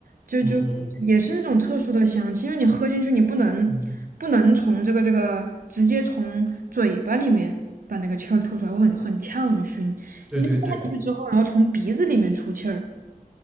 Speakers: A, on the right; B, in the centre.
A: 就就也是那种特殊的香气，
B: 嗯嗯嗯
A: 因为你喝进去你不能不能从这个这个直接从嘴巴里面把那个气儿吐出来，
B: 嗯，
A: 会很很呛很熏，
B: 对对对，
A: 你得咽下去之后，然后从鼻子里面出气儿，